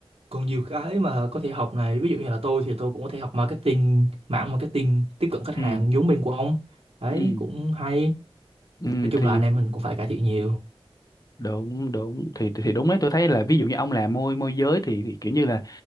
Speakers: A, on the right (about 70°); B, on the left (about 35°).
A: còn nhiều cái mà có thể học này ví dụ như là tôi thì tôi cũng có thể học marketing mảng marketing tiếp cận khách hàng
B: Ừ.
A: giống bên của ông đấy
B: Ừ.
A: cũng hay
B: Ừ,
A: nói chung
B: thì
A: là anh em mình cũng phải cải thiện nhiều
B: đúng đúng thì thì đúng đấy tôi thấy là ví dụ như ông làm môi môi giới thì, thì kiểu như là